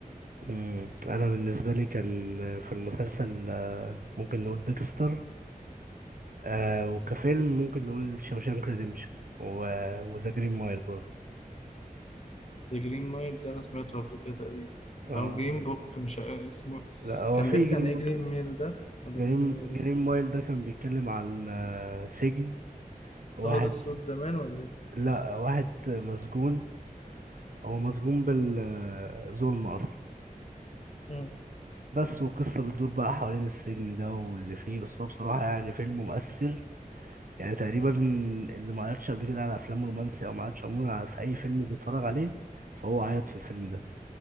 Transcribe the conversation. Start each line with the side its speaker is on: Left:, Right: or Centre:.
Right: مم. انا بالنسبه لي كان في المسلسل آه، ممكن نقول ديكستر آه وكفيلم ممكن نقول شوشانك ريديمشن وذا جرين مايل برضه
Left: ذا جرين مايل ده انا سمعته قبل كده تقريبا
Right: اه
Left: او جرين بوك مش ع- اسمه
Right: لا هو
Left: كان
Right: في
Left: بيحكي
Right: جرين
Left: عن ايه جرين ميل ده ولا
Right: جرين
Left: جرين مايل
Right: جرين
Left: ده
Right: مايل ده كان بيتكلم عن آه، سجن
Left: اضطهاد
Right: واحد
Left: السود زمان ولا ايه
Right: لا واحد مسجون هو مسجون بالظلم اصلا
Left: مم.
Right: بس وقصة بتدور بقى حوالين السجن ده واللي فيه بس هو بصراحة يعني فيلم مؤثر يعني تقريبا اللي ما عيطش قبل كده على افلام رومانسي او ما عيطش عموما على في اي فيلم بيتفرج عليه فهو عيط في الفيلم ده